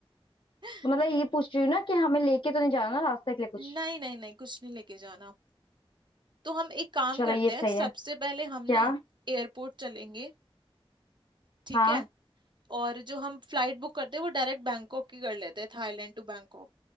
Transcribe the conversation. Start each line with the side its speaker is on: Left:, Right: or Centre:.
Right: <laughs>
Left: तो मतलब ये पूछ रही हूँ ना कि हमें लेके तो नहीं जाना ना रास्ते के लिए कुछ
Right: नहीं नहीं नहीं कुछ नहीं लेके जाना तो हम एक काम
Left: चलो
Right: करते
Left: ये सही
Right: हैं सबसे
Left: है
Right: पहले हम
Left: क्या
Right: ना एयरपोर्ट चलेंगे ठीक
Left: हाँ
Right: है और जो हम फ्लाइट बुक करते हैं वो डायरेक्ट बैंकॉक की कर लेते हैं थाईलैंड टू बैंकॉक